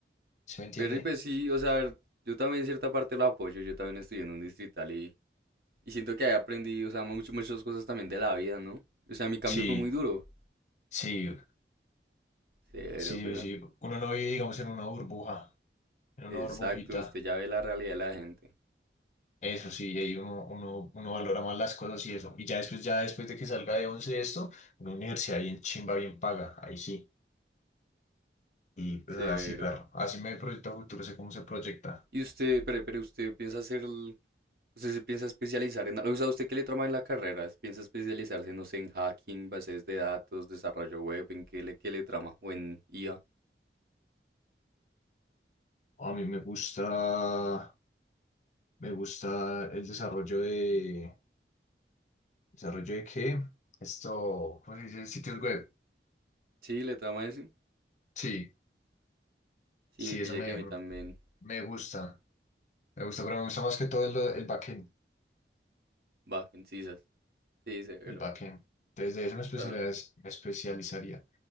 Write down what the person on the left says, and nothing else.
¿Sí me entiende?
Sí,
sí,
sí,
sí. Uno no vive, digamos, en una burbuja, en
una burbujita.
Eso sí, y ahí uno, uno, uno valora más las cosas y eso. Y ya después, ya después de que salga de once esto, una universidad bien chimba, bien paga. Ahí sí. Y pues
así, perro. Así me proyecto a futuro, sé cómo se proyecta.
A mí me gusta, me gusta el desarrollo de, ¿desarrollo de qué? Esto, ¿cómo se dice? Sitios web.
Sí,
sí,
eso me,
me gusta. Me gusta, pero me gusta más que todo el, el backend,
el backend. Entonces, de eso me especializ-
me especializaría.